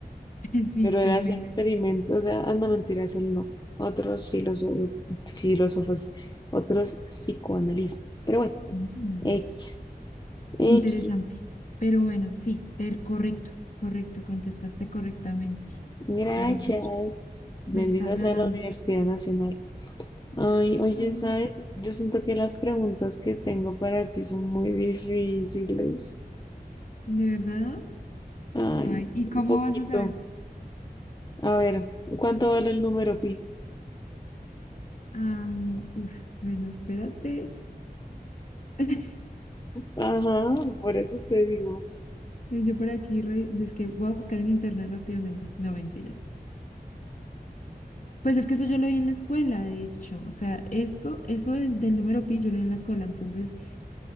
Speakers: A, on the left; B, on the left.
A: pe- <laughs> sí,
B: Pero él
A: pe-
B: hacía
A: me-
B: experimentos,
A: me-
B: o sea, ah, no mentiras, él no. Otros filósofos, filósofos, otros psicoanalistas. Pero bueno,
A: mm,
B: X. X.
A: interesante. Pero bueno, sí, per, correcto, correcto, contestaste correctamente.
B: Gracias.
A: Mejor dicho,
B: Bendita
A: me estás ganando.
B: sea la Universidad Nacional. Ay, oye,
A: Ah,
B: ¿sabes? Yo siento que las preguntas que tengo para ti son muy difíciles.
A: ¿de verdad?
B: Ay,
A: Ay, ¿y cómo
B: un poquito.
A: vas a saber?
B: A ver, ¿cuánto vale el número pi?
A: Ah, uf, bueno, espérate. <laughs>
B: Ajá, por eso te digo.
A: Yo por aquí, re- es que voy a buscar en internet rápidamente. No, mentiras. Pues es que eso yo lo vi en la escuela, de hecho. O sea, esto, eso del, del número pi, yo lo vi en la escuela. Entonces,